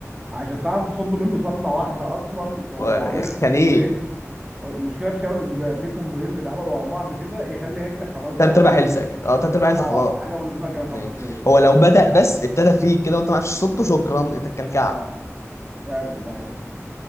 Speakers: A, on the right; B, on the left.
A: عشان تعرف تصد منه صدة واحدة أصلا هو
B: آه،
A: لو عمل لك
B: يعني ايه
A: هو المشكله في شاول ان بقى في كومبوهين بيتعملوا ورا بعض كده يخلي هيلث خلاص بقى
B: تلات ارباع
A: فاضل
B: هيلثك اه تلات ارباع هيلثك خلاص
A: اه حاجه بسيطه كده خبطتين
B: يعني هو لو بدأ بس ابتدى فيك كده وانت ما عرفتش تصده شكرا انت الكلكعب
A: اه فعلا ده حقيقي